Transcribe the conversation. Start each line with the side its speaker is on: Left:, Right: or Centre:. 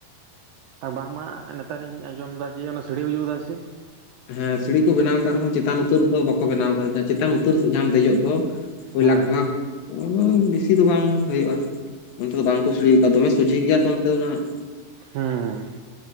Right: ᱟᱨ ᱵᱟᱝᱢᱟ ᱱᱮᱛᱟᱨᱤᱧ ᱟᱸᱡᱚᱢ ᱮᱫᱟ ᱡᱮ, ᱚᱱᱟ ᱥᱤᱲᱤ ᱠᱚ ᱡᱩᱫᱟ ᱥᱮ ᱪᱮᱫ?
Left: ᱦᱮᱸ ᱥᱤᱲᱤ ᱠᱚ ᱵᱮᱱᱟᱣ ᱟᱠᱟᱫ ᱨᱮᱦᱚᱸ, ᱪᱮᱛᱟᱱ ᱩᱛᱟᱹᱨ ᱫᱚ ᱵᱟᱠᱚ ᱵᱮᱱᱟᱣ ᱟᱠᱟᱫᱟ, ᱪᱮᱛᱟᱱ ᱩᱛᱟᱹᱨ ᱥᱮᱫ ᱡᱟᱦᱟᱢ ᱫᱮᱡᱚᱜ ᱫᱚ᱾ ᱳᱭ
Right: ᱦᱮᱸ
Left: ᱞᱟᱠ ᱵᱷᱟᱜᱽ ᱳᱭ ᱵᱮᱥᱤ ᱫᱚ ᱵᱟᱝ ᱦᱳᱭᱳᱜᱼᱟ᱾ ᱚᱱᱛᱮ ᱫᱚ ᱵᱟᱝ ᱠᱩ ᱥᱤᱲᱤ ᱠᱟᱫ, ᱫᱚᱢᱮ ᱥᱚᱡᱷᱮ ᱜᱮᱭᱟ ᱛᱚ ᱚᱱᱛᱮ ᱫᱚ ᱦᱟᱜ
Right: ᱦᱩᱸ